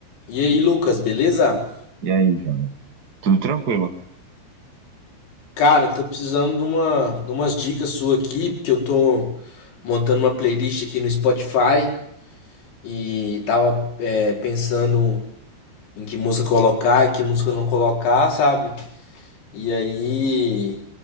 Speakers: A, on the left (about 85°); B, on the right (about 80°).
A: E aí, Lucas, beleza?
B: E aí, Júnior? Tudo tranquilo?
A: Cara, tô precisando de uma, de umas dicas suas aqui, porque eu tô montando uma playlist aqui no Spotify e tava é, pensando em que música colocar e que música não colocar, sabe? E aí,